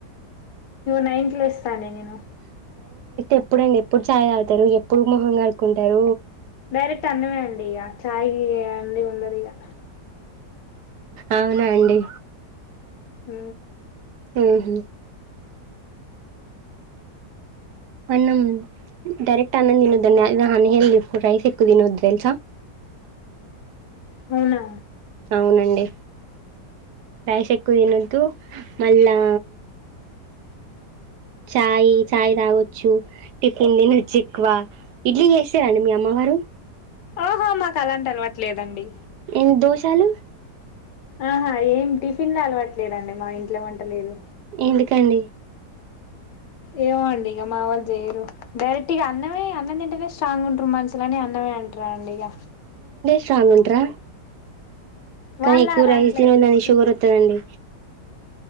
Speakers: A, on the left; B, on the right.
A: నైన్త్ ప్లస్ పండ నేను
B: ఎప్పుడుండి ఎప్పుడు చాయ్ తాగుతారు ఎప్పుడు మొహంంగా కడుకుంటారు
A: డైరెక్ట అన్నమే అండి చాయ్ ఛాయ అందడి ఉండదిగా
B: అవునా అండి
A: హ
B: ఆహ అన్న డైరెక్ట్ అన్నం తినదండి అ హదిప్పు రైస్ ఎక్కు తినోద్ తెల్సా
A: హవునా
B: అవునండి రయశెక్కు దినదు మళ్ళా చాయ్ చాయ్ తాగొచ్చు టిఫిన్ నినుచ్చి ఎక్కువ ఇడ్లీ చేసారండి మీ అమ్మ వారు
A: ఆహో మాకు అలాంటి అలవట్లేదండి
B: ఎన్ని దోషాలు
A: ఆహా ఏం టిఫిన్ లో అలవట్లేదండి మా ఇంట్లో ఏ వంటలేదు
B: ఎందుకండి
A: ఏమో అండి ఇక మా వాళ్ళు చెయ్యరు డైరెక్ట్ ఇక అన్నమే అన్నం తింటేనే స్ట్రాంగ్ ఉంట్ర మనుషులని అన్నమే అంటారు అట్రా్రాడియా
B: సా మంత్రా కానీ
A: వాళ్ళ
B: ఎక్కువ
A: దాంట్లే
B: రైస్న్ ఉందంని
A: దృష్టిలో
B: షుగర్ వతుందండి